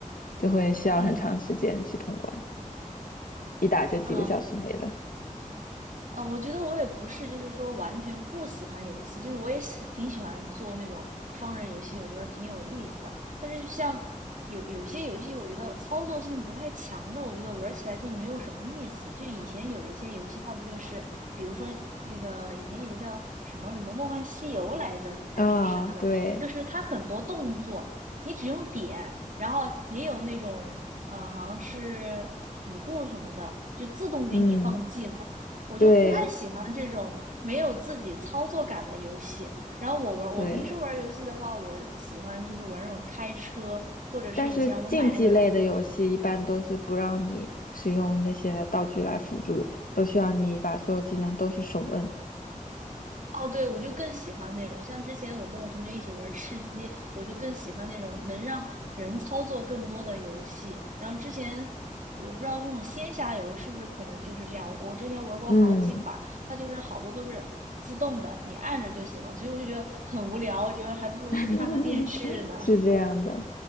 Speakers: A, on the left; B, on the right.
A: 就会需要很长时间去通关，
B: 嗯嗯，
A: 一打就几个小时没了。
B: 呃呃，我觉得我也不是，就是说完全不喜欢游戏，就是我也喜 <laughs> 挺喜欢做那种双人游戏，我觉得挺有意思的。但是像有有些游戏，我觉得操作性不太强的，我觉得玩起来就没有什么意思。就以前有一些游戏，它不就是，比如说那个以前有个叫什么什么《梦幻西游》来着，还是啥的，
A: 啊、对，
B: 就是它很多动作你只用点，然后也有那种呃好像是辅助什么的，就自动给你放技能。
A: 嗯，
B: 我就不太喜欢这种没有自己操作感的游戏。
A: 对
B: 然后我玩，我平时玩游戏的话，
A: 对，
B: 我喜欢就是玩那种开车，或者是以前我们买那个，
A: 但是竞技类的游戏一般都是不让你使用那些道具来辅助，都需要你把所有技能都是手摁。
B: 哦，对，我就更喜欢那种。像之前我跟我同学一起玩吃鸡，我就更喜欢那种能让人操作更多的游戏。然后之前我不知道这种仙侠游是不是可能就是这样，我之前玩过好几款，
A: 嗯。
B: 它就是好多都是自动的，你按着就行了，所以我就觉得很无聊，我觉得还不如去看个电视呢。
A: <laughs> 是这样的，